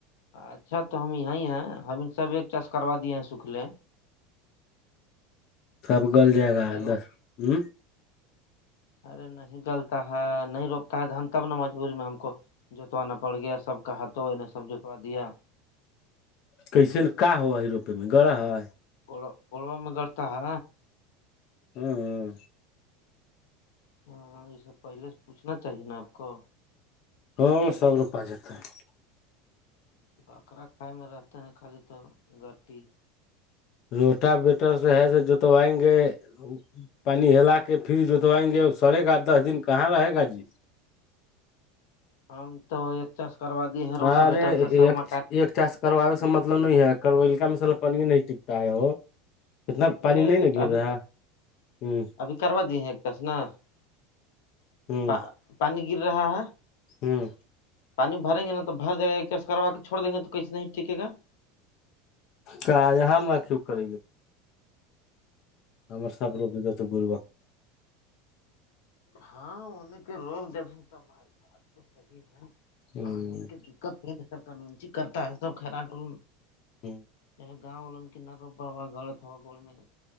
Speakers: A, on the left (about 85°); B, on the left (about 45°).
A: اچھا تو ہم یہ ہی ہیں ہم سب ایک چاش کروا دیے ہیں سکھ لے
B: سب گل جائے گا
A: ایگو
B: دس ھمم
A: ارے نہیں گلتا ہے نہیں روکتا ہے دن تب ن مجبوری میں ہم کو جتوانا پڑ گیا سب کہاتھوں انیں سب جوتوا دیا
B: کیسے ن کا ہوا ہے روپے میں گڑا ہے
A: گڑ اڑوا میں گتا ہے
B: ھمم ھمم <unintelligible>
A: ہاں یہ سب پہلے سے پوچھنا چاہیے نا آپ کو
B: ہو سب روپا جتا ہے <unintelligible>
A: باکرا کھائے میں رہتے ہیں خالی تو گٹی
B: روٹا بیٹر سے ہے س جوتوائیں گے پانی ہلا کے پھر جوتوائیں گے سڑے گا دس دن کہاں رہے گا جی
A: ہم تو ایک چس کروا دیے ہیں روٹا
B: ہاں ارے
A: بیٹر سے سب
B: ایک
A: مکاٹ
B: ایک چس کروائےے سے مطلب نہیں ہے کرویلکا میں س پن نہیں ٹکتا ہے ہو <unintelligible> اتنا پانی
A: بیٹ
B: نہیں نا گر رہا ھمم
A: ابھی کروا دی ہیں ایک کس نا <unintelligible>
B: ہ
A: پ پانی گر رہا ہے
B: ہ
A: پانی بھریں گے نہ تو بھر جائے گا ایکس کروا کے چھڑ دیں گے تو کہسے نہیں ٹکےا <unintelligible>
B: کاج ہاںامکھی کری ہمار سپرب ج گربک <unintelligible>
A: ہاں انہ کے روک جس بات تو صحیح ہے
B: ہ
A: ین کی دقت نہیں سر قانونی کرتا ہے سب خر ول
B: ھمم
A: چاہے گاؤں والا کنا روب ہوا گڑت ہوا گول میں